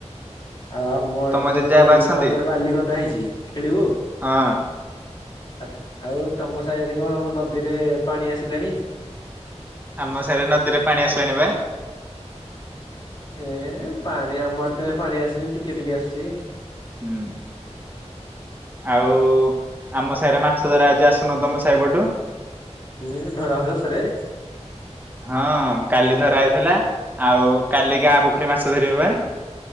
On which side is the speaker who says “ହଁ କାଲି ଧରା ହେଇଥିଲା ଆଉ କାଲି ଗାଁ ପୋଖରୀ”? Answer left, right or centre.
Right